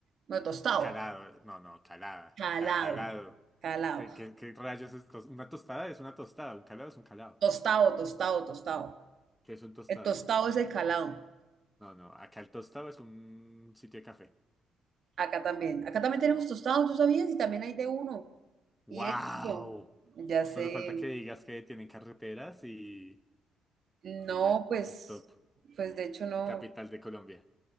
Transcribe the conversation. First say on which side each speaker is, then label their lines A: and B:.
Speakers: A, on the right; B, in the centre.
A: No, tostado.
B: Calado, no, no, calada,
A: Calado,
B: ca- calado.
A: calado.
B: ¿Qué, qué, qué rayos es tos- Una tostada es una tostada, un calado es un calado.
A: Tostado, tostado, tostado.
B: ¿Qué es un tostado?
A: El tostado es el calado.
B: No, no, acá el tostado es un sitio de café.
A: Acá también. Acá también tenemos tostado, ¿tú sabías? Y también hay de uno.
B: ¡Wow!
A: Y éxito. Ya sé.
B: Solo falta que digas que tienen carreteras y,
A: No,
B: y ya,
A: pues,
B: top,
A: pues de hecho no.
B: capital de Colombia.